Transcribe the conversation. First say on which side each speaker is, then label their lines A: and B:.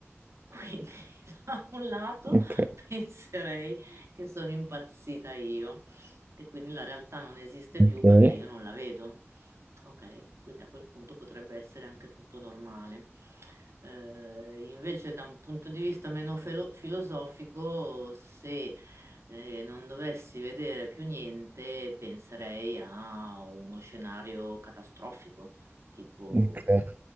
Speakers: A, on the right; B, on the right.
A: Quindi, <laughs> da un lato,
B: Ok,
A: <laughs> penserei che sono impazzita io, che quindi la realtà non esiste
B: ok,
A: più perché io non la vedo. Ok, quindi a quel punto potrebbe essere anche tutto normale. Eh, invece, da un punto di vista meno felo- filosofico, se eh, non dovessi vedere più niente, penserei a uno scenario catastrofico, tipo
B: ok. È